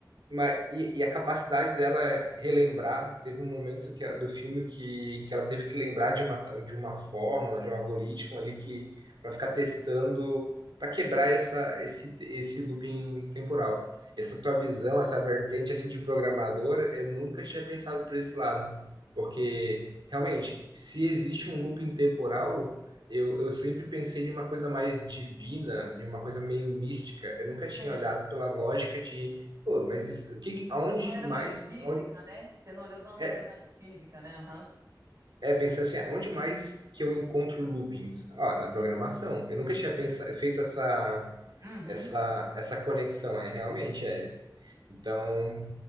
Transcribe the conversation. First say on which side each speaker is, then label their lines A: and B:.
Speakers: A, on the right (about 80°); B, on the right (about 45°).
A: Mas, e, e a capacidade dela relembrar, teve um momento que, do filme que, que ela teve que lembrar de uma, de uma fórmula, de um algoritmo ali que para ficar testando, para quebrar essa, esse, esse looping temporal. Essa tua visão, essa vertente assim de programadora eu nunca tinha pensado por esse lado. Porque realmente, se existe um looping temporal, eu, eu sempre pensei de uma coisa mais divina, de uma coisa meio mística. Eu nunca tinha
B: Sim,
A: olhado pela lógica de Pô, mas isso, o que, aonde
B: de uma maneira
A: mais,
B: mais física,
A: aonde-
B: né? Você não olhou de uma maneira
A: é,
B: mais física, né? Aham.
A: é pensar assim, aonde mais que eu encontro loopings? Ah, na programação. Eu nunca tinha pensado, feito essa,
B: Uhum.
A: essa, essa conexão, é realmente, é. Então,